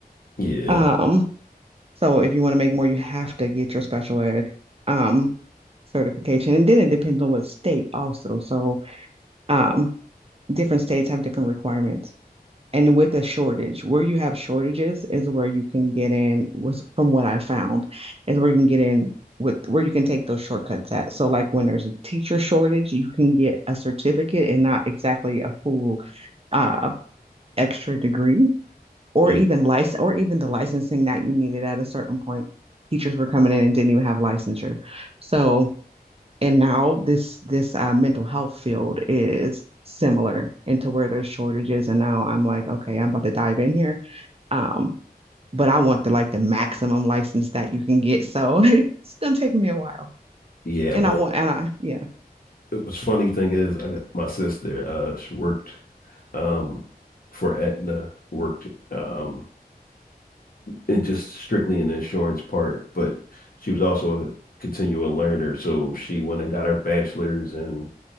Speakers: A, on the left; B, on the right.
A: Yeah,
B: Um, so if you want to make more, you have to get your special ed um certification. And then it depends on what state also. So um different states have different requirements. And with a shortage, where you have shortages is where you can get in, was from what I found, is where you can get in with where you can take those shortcuts at. So like when there's a teacher shortage, you can get a certificate and not exactly a full uh extra degree or
A: yeah.
B: even license or even the licensing that you needed at a certain point. Teachers were coming in and didn't even have licensure. So and now this this uh, mental health field is similar into where there's shortages and now i'm like okay i'm about to dive in here um but i want the like the maximum license that you can get so <laughs> it's gonna take me a while
A: Yeah,
B: and
A: my,
B: i want and i yeah
A: it was funny thing is I got my sister, uh, she worked um for Aetna, worked um in just strictly in the insurance part, but she was also a continual learner. So she went and got her bachelor's in